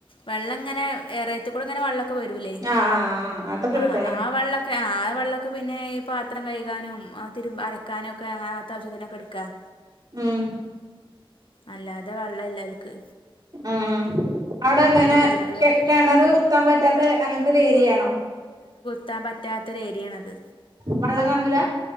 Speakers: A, on the left; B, on the right.
A: വെള്ളം ഇങ്ങനെ എറയത്ത്കൂടെ ഇങ്ങനെ വെള്ളം ക്ക വെരൂല്ലേ
B: ആഹ് ആഹ് അതൊക്കെ
A: ആഹ്
B: എടുക്കല്ലേ
A: ആഹ് വള്ളം ക്ക ആ വെള്ളൊക്ക പിന്നെ ഈ പാത്രം കയ്കാനും ആ തിരുമ്പ അലക്കാനും ഒക്കെ അ അങ്ങനത്ത ആവശ്യത്തിനൊക്ക എടുക്കാം
B: ഉം
A: അല്ലാതെ വെള്ളം ഇല്ല ഓൽക്ക്
B: ആഹ് അവിടെ എന്തങ്ങനെ
A: ബുദ്ധിമുട്ട് വേ-
B: കെണറ് കുത്താം പറ്റാത്ത അങ്ങനത്തെര് ഏരിയാണോ
A: കുത്താം പറ്റാത്തൊര് ഏരിയാണത്
B: വള്ളം കാണൂല